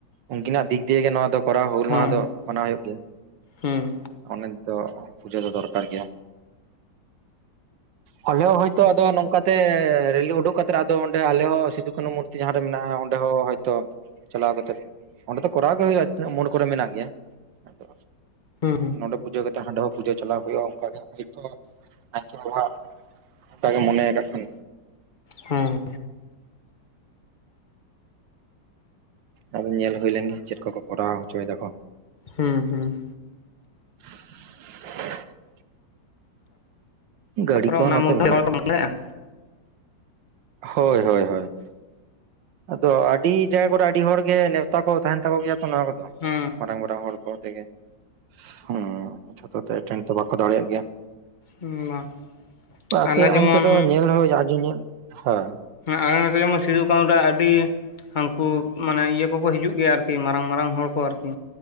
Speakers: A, on the right; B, on the left.
A: ᱩᱱᱠᱤᱱᱟᱜ ᱫᱤᱠ ᱫᱤᱭᱮ ᱜᱮ ᱱᱚᱣᱟ ᱫᱚ ᱾ ᱠᱚᱨᱟᱣ ᱦᱩᱞ
B: ᱦᱩᱸ
A: ᱢᱟᱦᱟ ᱫᱚ ᱢᱟᱱᱟᱣ ᱦᱩᱭᱩᱜ ᱜᱮᱭᱟ
B: ᱦᱩᱸ
A: ᱚᱱᱟ ᱛᱮᱫᱚ ᱯᱩᱡᱟᱹ ᱫᱚ ᱫᱚᱨᱠᱟᱨ ᱜᱮᱭᱟ᱾ ᱟᱞᱮ ᱦᱚᱸ ᱦᱚᱭᱛᱚ ᱟᱫᱚ ᱱᱚᱝᱠᱟ ᱛᱮ ᱨᱮᱞᱤ ᱩᱰᱩᱠ ᱠᱟᱛᱮ ᱚᱰᱸᱮ ᱟᱞᱮ ᱦᱚ ᱥᱤᱫᱩ ᱠᱟᱹᱱᱩ ᱢᱩᱨᱼᱼ ᱡᱟᱦᱟᱸ ᱨᱮ ᱢᱮᱱᱟᱜᱼᱟ ᱚᱸᱰᱮ ᱦᱚᱸ ᱦᱚᱭᱛᱚ ᱪᱟᱞᱟᱣ ᱠᱟᱛᱮᱫ ᱚᱸᱰᱮ ᱫᱚ ᱠᱚᱨᱟᱣ ᱜᱮ ᱦᱩᱭᱩᱜᱼᱟ ᱛᱤᱱᱟᱹᱜ ᱢᱩᱲ ᱠᱚᱨᱮ ᱢᱮᱱᱟᱜ ᱜᱮᱭᱟ ᱟᱫᱚ
B: ᱦᱩᱸ
A: ᱱᱚᱸᱰᱮ ᱯᱩᱡᱟᱹ ᱠᱟᱛᱮᱜ ᱦᱟᱸᱰᱮ ᱦᱚᱸ ᱯᱩᱡᱟᱹ ᱪᱟᱞᱟᱣ ᱦᱩᱭᱩᱜᱼᱟ ᱚᱱᱠᱟ ᱜᱮ ᱛᱚ ᱟᱛᱟᱜ ᱚᱱᱠᱟᱜ ᱜᱮ ᱢᱚᱱᱮ ᱠᱟᱜ ᱠᱷᱟᱱᱼᱼ
B: ᱦᱮᱸ
A: ᱟᱫᱚ ᱧᱮᱞ ᱦᱩᱭ ᱞᱮᱱᱜᱮ ᱪᱮᱫ ᱠᱚᱠᱚ ᱠᱚᱨᱟᱣ ᱦᱚᱪᱚᱭ ᱫᱟᱠᱚ ᱾
B: ᱦᱩᱸ ᱦᱩᱸ
A: <unintelligible> ᱜᱟᱹᱲᱤ
B: ᱛᱟᱨᱯᱚᱨᱮ
A: ᱠᱚᱦᱚ
B: ᱚᱱᱟ
A: ᱱᱚᱛ
B: ᱢᱚᱫᱽᱫᱷᱮ
A: <inaudible>
B: ᱨᱚᱲ ᱛᱮᱢ ᱫᱟᱲᱮᱭᱟᱜᱼᱟ
A: ᱦᱚᱭ ᱦᱚᱭ ᱦᱚᱭ ᱾ ᱟᱫᱚ ᱟᱹᱰᱤ ᱡᱟᱭᱜᱟ ᱠᱚᱨᱮ ᱟᱹᱰᱤ ᱦᱚᱲ ᱜᱮ, ᱱᱮᱣᱛᱟ ᱠᱚ ᱛᱟᱦᱮᱸᱱ ᱛᱟᱠᱚ ᱜᱮᱭᱟ ᱛᱚ ᱱᱚᱣᱟ ᱠᱚᱫᱚ
B: ᱦᱩᱸ
A: ᱾ ᱢᱟᱨᱟᱝ ᱢᱟᱨᱟᱝ ᱦᱚᱲ ᱠᱚ ᱛᱮᱜᱮ, ᱦᱩ ᱡᱷᱚᱛᱚ ᱛᱚ ᱮᱴᱮᱱ ᱫᱚ ᱵᱟᱠᱚ ᱫᱟᱲᱮᱭᱟᱜ ᱜᱮᱭᱟ ᱾
B: ᱦᱩᱸ ᱵᱟᱝ
A: ᱟᱯᱮᱭᱟᱜ
B: ᱟᱞᱮ ᱡᱮᱢᱚᱱ
A: ᱚᱱᱛᱮ ᱫᱚ ᱧᱮᱞ ᱦᱚᱸ ᱟᱸᱡᱚᱢᱧᱮᱞ ᱦᱮᱸ <inaudible>
B: ᱟᱞᱮ ᱱᱚᱛᱮ ᱡᱮᱢᱚᱱ ᱥᱤᱫᱩ ᱠᱟᱹᱱᱩ ᱟᱹᱰᱤ ᱩᱱᱠᱩ ᱢᱟᱱᱮ ᱤᱭᱟᱹ ᱠᱚᱠᱚ ᱦᱤᱡᱩᱜ ᱜᱮᱭᱟ ᱟᱨᱠᱤ ᱢᱟᱨᱟᱝ ᱢᱟᱨᱟᱝ ᱦᱚᱲ ᱠᱚ ᱟᱨᱠᱤ᱾